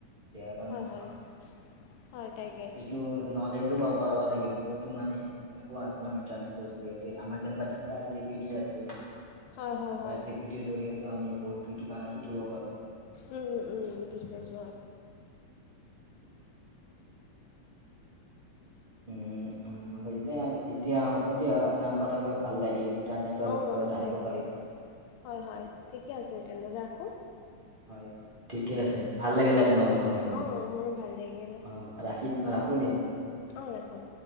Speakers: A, on the right (about 40°); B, on the left (about 85°).
A: বেয়াৰ কাৰণে
B: হয়
A: নহয়।
B: হয় হয় তাকে
A: এইটো- নলেজো বা বঢ়াব লাগে বহুতো মানে এনেকুৱা আছে ন ইণ্টাৰনেট- টৰ জৰিয়তে আমাৰ যেনেকুৱা চাত জে পি টি আছে।
B: হয় হয়
A: চাত
B: হয়
A: জি পি- টিৰ জৰিয়তো আমি বহুত কিবা শিকিব পাৰো।
B: উম' উম' বুজি পাইছোঁ অঁ।
A: উম উম' হৈছে আৰু এতিয়া হ'ব দিয়ক। আপোনাৰ কথা কোৱা ভাল লাগিল ইণ্টাৰনেটৰ
B: অঁ
A: বিষয়ে জানিব
B: তাকে
A: পাৰিলোঁ।
B: হয় হয়, ঠিকে আছে তেনেহলে ৰাখোঁ।
A: হয়, ঠিকে আছে ভাল লাগিলে আপোনাৰ
B: উম,
A: লগত কথা কৈ,
B: অঁ মোৰো ভাল লাগিলে
A: অঁ। ৰাখি ৰাখোঁ দিয়ক।
B: অঁ ৰাখো।